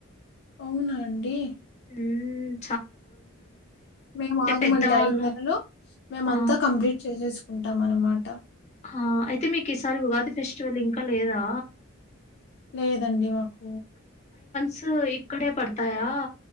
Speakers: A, on the left; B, on the left.
A: అవునా అండి
B: ఉమ్
A: మేము ఆగమండి
B: పెద్దవాళ్ళ
A: ఐదు నెలలు మేమ
B: ఆ!
A: అంతా కంప్లీట్ చేసేసుకు ఉంటాం అన్నమాట
B: ఆ అయితే మీకు ఈసారి ఉగాది ఫెస్టివల్ ఇంకా లేదా
A: లేదండి మాకు
B: స్ ఇక్కడే పడతాయా